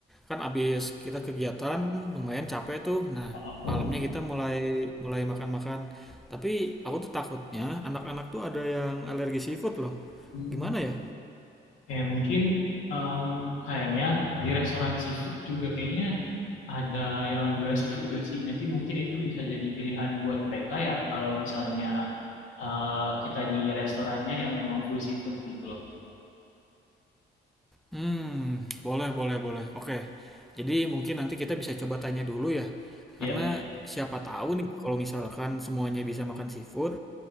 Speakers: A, in the centre; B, on the left.
A: kan habis kita kegiatan lumayan capek tuh. Nah,
B: heeh.
A: malamnya kita mulai mulai makan-makan. Tapi aku tuh takutnya anak-anak tuh ada yang alergi seafood loh.
B: Hmm,
A: Gimana ya?
B: Oke, mungkin em, kayaknya di restoran seafood juga kayaknya ada yang nggak seafood gak sih? Nanti mungkin itu bisa jadi pilihan buat mereka ya kalau misalnya eh, kita di restorannya yang memang full seafood gitu loh.
A: Hmm, boleh, boleh, boleh. Oke. Jadi mungkin nanti kita bisa coba tanya dulu ya.
B: Iya,
A: Karena siapa tahu nih kalau misalkan semuanya bisa makan seafood,